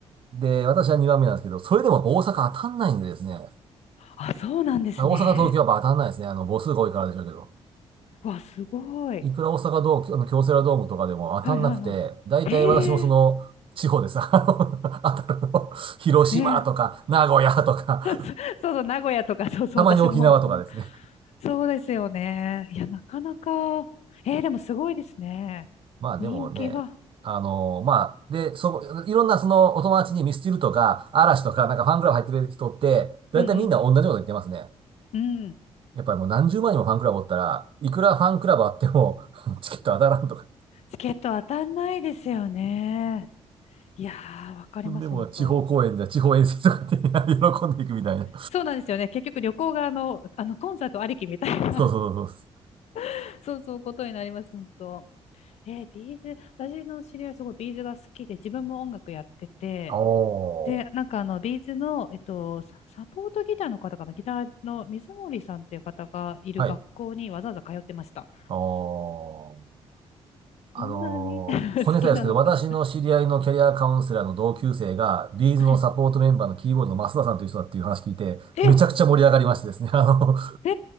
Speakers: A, on the right; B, on the left.
A: で、私は2番目なんですけど、それでも大阪当たんないんでですね。
B: あ、そうなんですね。
A: あ大阪、東京はやっぱ当たんないですね。あの、母数が多いからでしょうけど。
B: わ、すごい。
A: いくら大阪ドーム、あの京セラドームとかでも当たんなくて、
B: はい、はい、はい。
A: 大体私もその、
B: へえ。
A: 地方です。<laughs> あの当たるの広島とか、
B: ね。
A: 名古屋とか、
B: <laughs> そうそう、名古屋とか、そうそう、
A: たまに沖縄とかですね。
B: 私もそうですよね。いや、なかなか、えー、でもすごいですね。
A: まあでもね、
B: 人気が。
A: あのまあ、で、そ、いろんなそのお友達にミスチルとか、嵐とか、なんかファンクラブ入ってる人って、だいたいみんな同じこと言ってますね。
B: うんうんうん。うん。
A: やっぱりもう何十万人もファンクラブおったら、いくらファンクラブあっても、<laughs> チケット当たらんとか。
B: チケット当たんないですよね。いやー、わかります、
A: でも、
B: 本当。
A: 地方公演じゃ地方遠征とかで <laughs> 喜んでいくみたいな。
B: そうなんですよね。結局旅行があの、あの、コンサートありきみたいな
A: そうそうそうそ
B: <laughs> そうそう、ことになります、本当。えー、ビーズ、私の知り合いすごいビーズが好きで、自分も音楽やってて、
A: う。おー。
B: で、なんかあの、ビーズの、えっと、サ、サポートギターの方かな、ギターの水森さんっていう方がいる学校にわざわざ通ってました。
A: はい。おー。
B: そんなに
A: あのー、
B: <laughs> 好きなのか。
A: 小ネタですけど、私の知り合いのキャリアカウンセラーの同級生が、ビーズのサポートメンバーのキーボードの増田さんという人だっていう話聞いて、
B: はい。え、
A: めちゃくちゃ盛り上がりましてですね、<laughs> あの、
B: え